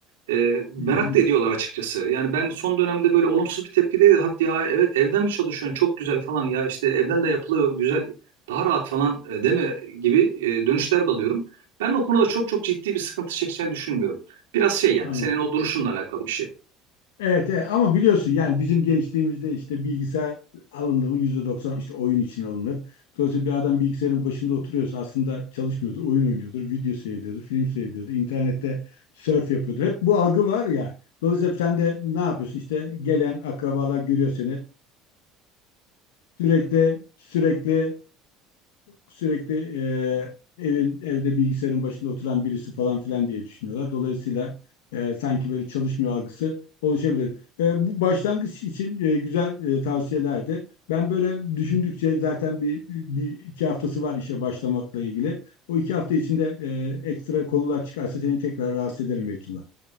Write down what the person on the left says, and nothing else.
Hı hı,
tamam.
Evet, evet. ama biliyorsun yani bizim gençliğimizde işte bilgisayar alındı mı %90 işte oyun için alınır. Dolayısıyla bir adam bilgisayarın başında oturuyorsa aslında çalışmıyordur, oyun oynuyordur, video seyrediyordur, film seyrediyordur, internette surf yapıyordur. Hep bu algı var ya. Dolayısıyla sen de ne yapıyorsun? İşte gelen akrabalar görüyor seni. Sürekli sürekli sürekli e, evin evde bilgisayarın başında oturan birisi falan filan diye düşünüyorlar. Dolayısıyla e, sanki böyle çalışmıyor algısı oluşabilir. E, bu başlangıç için e, güzel e, tavsiyelerdi. Ben böyle düşündükçe zaten bir, bir iki haftası var işe başlamakla ilgili. O iki hafta içinde e, ekstra konular çıkarsa seni tekrar rahatsız ederim Beytullah.